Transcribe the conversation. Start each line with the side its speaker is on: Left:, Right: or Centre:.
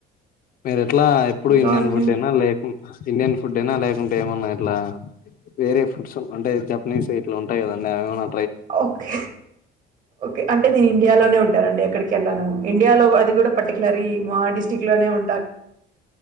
Left: మీరె అట్లా ఎప్పుడు
Right: ఇంకా
Left: ఇండియన్
Right: అండి
Left: ఫుడ్డే నా లేకున్ ఇండియన్ ఫుడ్డేన లేకున్ అంటే ఏమన్నా ఇట్లా వేరే ఫుడ్స్ అంటే జపనీస్ ఇట్లా ఉంటాయి కదండి అవి ఏమన్న
Right: ఓకే ఓకే అంటే నేను ఇండియాలోనే ఉంటానండి ఎక్కడికి ఎళ్ళను ఇండియాలో అది కూడా పర్టికులరీ మా డిస్టి స్టిక్ లోనే ఉం